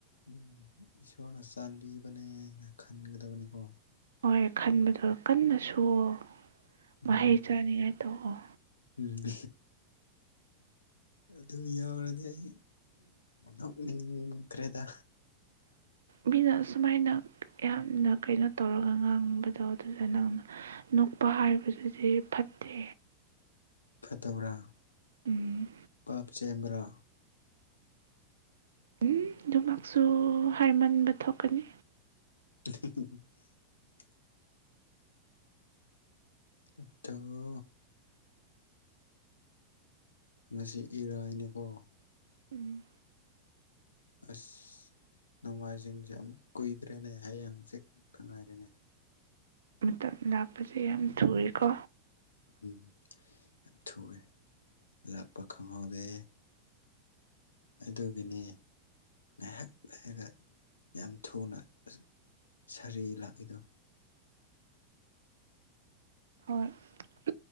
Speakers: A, on the left (about 75°); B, on the right (about 65°).
A: ꯎꯝ ꯏꯁꯣꯔꯅ ꯆꯥꯟꯕꯤꯕꯅꯦ ꯈꯟꯒꯗꯕꯅꯦꯀꯣ꯫
B: ꯍꯣꯏ ꯈꯟꯕꯗꯣ ꯀꯟꯅ ꯁꯨꯑꯣ꯫
A: ꯎꯝ
B: ꯃꯍꯩ ꯆꯥꯅꯤꯉꯥꯏ꯫ ꯇꯣꯛꯑꯣ
A: ꯎꯝ ꯑꯗꯨ ꯌꯥꯎꯔꯗꯤ ꯑꯩ ꯅꯣꯛꯅꯤꯡꯈ꯭ꯔꯦꯗ꯫
B: ꯃꯤꯅ ꯁꯨꯃꯥꯏꯅ ꯌꯥꯝꯅ ꯀꯩꯅꯣ ꯇꯧꯔꯒ ꯉꯥꯡꯕꯗꯣ ꯑꯗꯨꯗꯨ ꯅꯪꯅ ꯅꯣꯛꯄ ꯍꯥꯏꯕꯁꯤꯗꯤ ꯐꯠꯇꯦ꯫
A: ꯐꯠꯇꯕ꯭ꯔꯥ
B: ꯎꯝ
A: ꯄꯥꯞ ꯆꯦꯟꯕ꯭ꯔꯥ꯫
B: ꯎꯝ ꯑꯗꯨꯃꯛꯁꯨ ꯍꯥꯏꯃꯟꯕ ꯊꯣꯛꯀꯅꯤ꯫
A: <unintelligible> ꯑꯠꯗꯣ ꯉꯁꯤ ꯏꯔꯥꯏꯅꯤꯀꯣ꯫
B: ꯎꯝ
A: ꯑꯁ ꯅꯣꯡꯃꯥꯏꯖꯤꯡꯁꯦ ꯑꯃꯨꯛ ꯀꯨꯏꯗ꯭ꯔꯦꯅꯦ ꯍꯌꯦꯡ ꯍꯪꯆꯤꯠ ꯈꯛ ꯉꯥꯏꯔꯦꯅꯦ꯫
B: ꯃꯇꯝ ꯂꯥꯛꯄꯖꯦ ꯌꯥꯝ ꯊꯨꯏꯀꯣ꯫
A: ꯎꯝ ꯌꯥꯝ ꯊꯨꯔꯦ ꯂꯥꯛꯄ ꯈꯪꯍꯧ ꯍꯧꯗꯦ ꯑꯗꯨꯒꯤꯅꯦ ꯉꯥꯏꯍꯥꯛ ꯂꯩꯔꯒ ꯌꯥꯝ ꯊꯨꯅ ꯁ ꯁꯥꯔꯤ ꯂꯥꯛꯏꯗꯣ꯫
B: ꯍꯣꯏ <unintelligible>